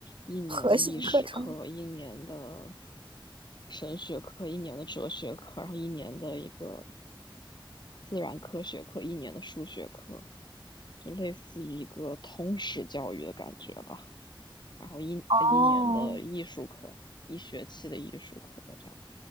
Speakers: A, on the left (about 55°); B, on the right (about 70°).
A: 一年的历史课，
B: 核心课程。
A: 一年的神学课，一年的哲学课，然后一年的一个自然科学课，一年的数学课，就类似于一个通识教育的感觉吧。然后一呃一年的艺术课，
B: 哦，
A: 一学期的艺术课，这样，